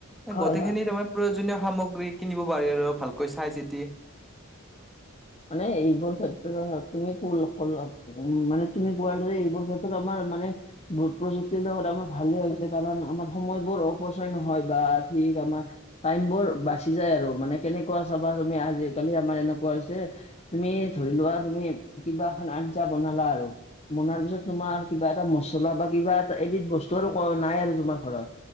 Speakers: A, on the left; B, in the centre.
A: হয়
B: গোটেই
A: হয়।
B: খিনি তোমাৰ প্ৰয়োজনীয় সামগ্ৰী কিনিব পাৰি আৰু ভালকৈ চাই চিতি।
A: মানে এইবোৰ ক্ষেত্ৰত, তুমি <unintelligible> মানে তুমি কোৱাৰদৰে, এইবোৰ ক্ষেত্ৰত আমাৰ মানে ভোত, প্ৰযুক্তিৰ লগত আমাৰ ভালেই হৈছে কাৰণ আমাৰ সময়বোৰ অপচয় নহয় বা ঠিক আমাৰ টাইম বোৰ বাচি যায় আৰু মানে কেনেকুৱা চাবা তুমি আজিকালি আমাৰ এনেকুৱা হৈছে। তুমি ধৰি লোৱা তুম, কিবা এখন আঞ্জা বনালা আৰু। বনাৰ পিছত তোমাৰ, কিবা এটা মছলা বা কিবা এটা এবিধ বস্তু আৰু ক, নাই আৰু তোমাৰ ঘৰত।